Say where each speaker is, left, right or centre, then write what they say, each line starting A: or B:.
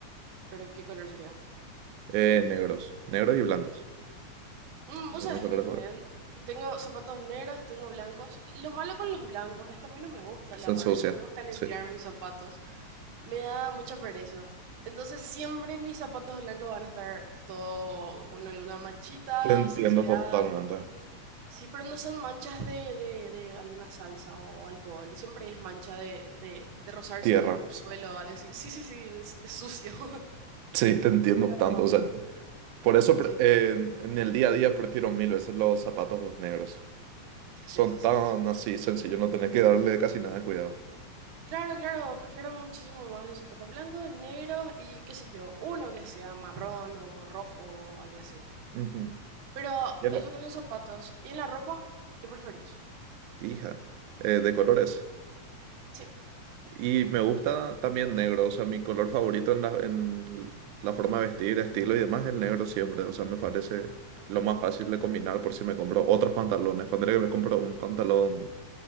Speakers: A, on the right; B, on the right.
A: ¿Pero qué color sería?
B: Eh, negros, negros y blancos.
A: Mm,
B: Esos
A: vos
B: son
A: sabés
B: mis colores
A: que yo también
B: favoritos.
A: tengo zapatos negros, tengo blancos. Lo malo con los blancos es que a mí no me gusta
B: Que
A: lavar,
B: se ensucia,
A: no me gusta limpiar
B: sí.
A: mis zapatos. Me da mucha pereza. Entonces siempre mis zapatos blancos van a estar todo con alguna manchita,
B: Te entiendo
A: suciedad.
B: totalmente.
A: Sí, pero no son manchas de, de, de alguna salsa o alcohol. Siempre es mancha de, de, de rozarse
B: Tierra.
A: con el suelo o algo así. Sí, sí, sí, de, de sucio. <laughs>
B: Sí, te entiendo
A: Pero-
B: tanto. O sea, Por eso pre-
A: Sí,
B: en, en el día a día prefiero mil veces los zapatos negros. Son
A: sí, sí,
B: tan
A: sí, sí.
B: así sencillos, no tenés que darle casi nada de cuidado.
A: Claro, claro, prefiero muchísimo más los zapatos blancos, negros y qué sé yo, uno que sea marrón o rojo o algo así.
B: Ujú.
A: Pero
B: Y a la
A: eso con los zapatos. ¿Y en la ropa? ¿Qué preferís?
B: hija, eh, de colores.
A: Sí,
B: Y me gusta también negro, o sea, mi color favorito en la, en la forma de vestir, estilo y demás es el negro siempre. O sea, me parece lo más fácil de combinar por si me compro otros pantalones. Pondré que me compro un pantalón